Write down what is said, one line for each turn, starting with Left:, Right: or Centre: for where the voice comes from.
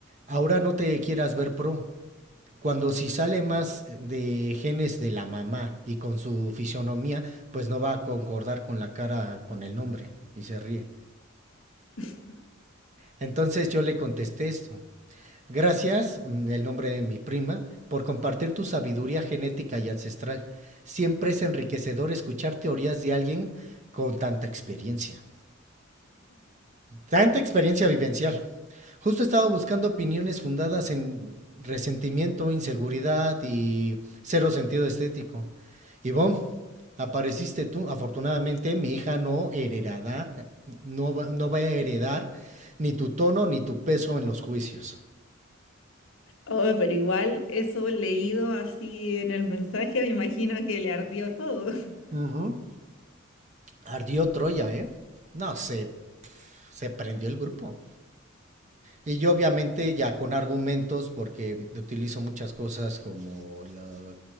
Right: ahora no te quieras ver pro. Cuando si sale más de genes de la mamá y con su fisionomía, pues no va a concordar con la cara, con el nombre, y se ríe.
Left: <laughs>
Right: Entonces yo le contesté esto. Gracias, mm, el nombre de mi prima, por compartir tu sabiduría genética y ancestral. Siempre es enriquecedor escuchar teorías de alguien con tanta experiencia. Tanta experiencia vivencial. Justo estaba buscando opiniones fundadas en resentimiento, inseguridad y cero sentido estético. Y bom, apareciste tú. Afortunadamente, mi hija no heredará, no, va- no va a heredar ni tu tono ni tu peso en los juicios.
Left: Oh, pero igual eso leído así en el mensaje, me imagino que le ardió todo. <laughs>
Right: Ujú. Ardió Troya, ¿eh? No, se, se prendió el grupo. Y yo obviamente ya con argumentos, porque utilizo muchas cosas como... la-